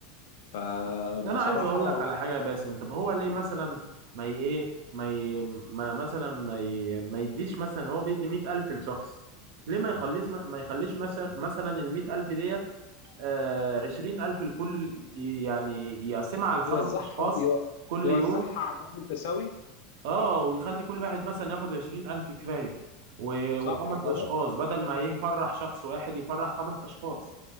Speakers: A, on the left; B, on the right.
A: فبصراحه
B: بس انا عايز اقول لك على حاجه يا باسم طب هو ليه مثلا ما ي- ايه ما, ي... ما مثلا ما, ي... ما يديش مثلا هو بيدي 100000 لشخص ليه ما يخليش ما يخليش مثلا مثلا ال 100000 ديت آه عشرين ألف لكل يعني يقسمها على خمس
A: يوزعها
B: أشخاص
A: يو-
B: كل
A: يوزعها
B: يوم
A: على الناس بالتساوي
B: اه ويخلي كل واحد مثلا ياخد عشرين ألف كفاية و-
A: صح
B: وخمس
A: كده
B: أشخاص بدل ما يفرح شخص واحد يفرح خمس أشخاص